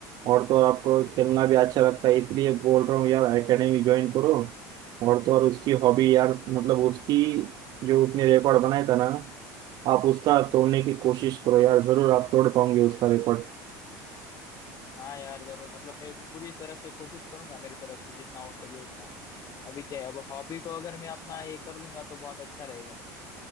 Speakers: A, on the right (about 50°); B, on the left (about 40°).
A: और तो आपको खेलना भी अच्छा लगता है इसलिए बोल रहा हूँ यार एकेडमी ज्वाइन करो और तो और उसकी हॉबी यार मतलब उसकी जो उसने रिकॉर्ड बनाया था ना आप उसका तोड़ने की कोशिश करो यार जरूर आप तोड़ पाओगे उसका रिकॉर्ड
B: हाँ यार जरूर मतलब मैं पूरी तरह से कोशिश करूंगा मेरी तरफ से जितना हो सके उतना अभी क्या है अब हॉबी को अगर मैं अपना ये कर लूंगा तो बहुत अच्छा रहेगा